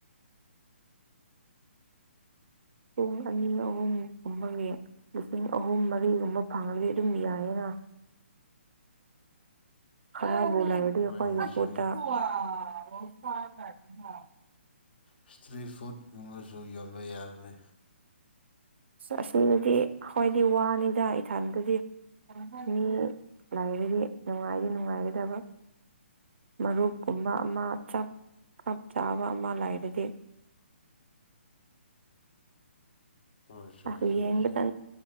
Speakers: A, on the right; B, on the left.
A: ꯄꯨꯡ ꯑꯅꯤ ꯑꯍꯨꯝꯒꯨꯝꯕꯒꯤ ꯂꯤꯁꯤꯡ ꯑꯍꯨꯝ ꯃꯔꯤꯒꯨꯝꯕ ꯐꯪꯉꯗꯤ ꯑꯗꯨꯝ ꯌꯥꯏꯌꯦꯅ ꯈꯔꯥꯕꯨ ꯂꯩꯔ
B: ꯍꯣꯏ ꯑꯗꯨꯁꯨ
A: <unintelligible>
B: ꯏꯁꯇ꯭ꯔꯤ ꯐꯨꯗ ꯀꯨꯝꯕꯁꯨ ꯌꯣꯟꯕ ꯌꯥꯕꯅꯤ
A: ꯑꯁꯤꯗꯨꯗꯤ ꯍꯥꯏꯣꯏꯗꯤ ꯋꯥꯅꯤꯗ ꯏꯊꯥꯟꯗꯗꯤ ꯃꯤ ꯂꯔꯗꯤ ꯅꯨꯡꯉꯥꯏꯔꯤ ꯅꯨꯡꯉꯥꯏꯒꯗꯕ ꯃꯔꯨꯞꯀꯨꯝꯕ ꯑꯃ ꯆꯥꯞ ꯀꯞ ꯆꯥꯕ ꯑꯃ ꯂꯩꯔꯗꯤ
B: ꯀꯣꯏ ꯍꯣ
A: ꯑꯁ
B: ꯆꯅꯤ
A: ꯌꯦꯡꯕꯗ